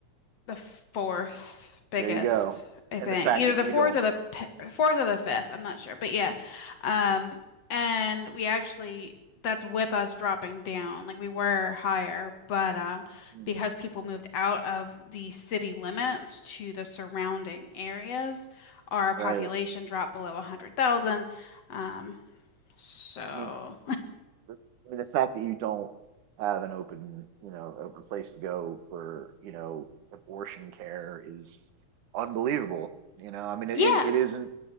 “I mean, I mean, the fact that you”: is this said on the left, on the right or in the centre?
Right